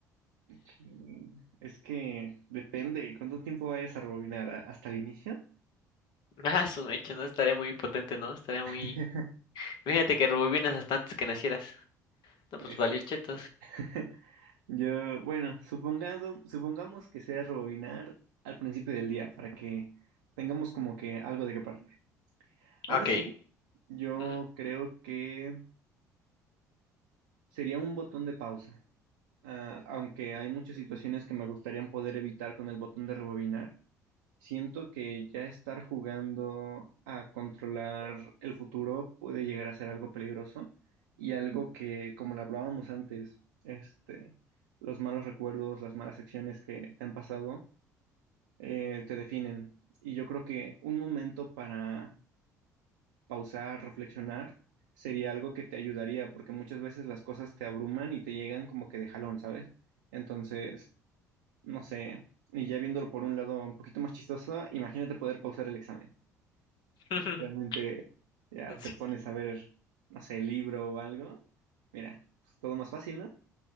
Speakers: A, on the right (about 75°); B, on the left (about 55°).
A: chin. Es que depende cuánto tiempo vayas a rebobinar a- hasta el inicio.
B: <laughs> Ah, su mecha, no estaría muy potente, ¿no? Estaría
A: <laughs>
B: muy... Fíjate que rebobinas hasta antes que nacieras. No,
A: Este.
B: pues valió chetos.
A: <laughs> Yo, bueno, supongado, supongamos que sea rebobinar al principio del día para que tengamos como que algo de qué partir. Aún
B: Ok.
A: así, yo
B: Ujú.
A: creo que sería un botón de pausa, Ah, aunque hay muchas situaciones que me gustaría poder evitar con el botón de rebobinar, Siento que ya estar jugando a controlar el futuro puede llegar a ser algo peligroso y algo que, como lo hablábamos antes, este, los malos recuerdos, las malas acciones que te han pasado, eh, te definen. Y yo creo que un momento para pausar, reflexionar, sería algo que te ayudaría, porque muchas veces las cosas te abruman y te llegan como que de jalón, ¿sabes? Entonces, no sé, y ya viéndolo por un lado un poquito más chistoso, imagínate poder pausar el examen.
B: <laughs>
A: realmente ya
B: Sí.
A: te pones a ver, no sé, libro o algo, mira, es todo más fácil, ¿no?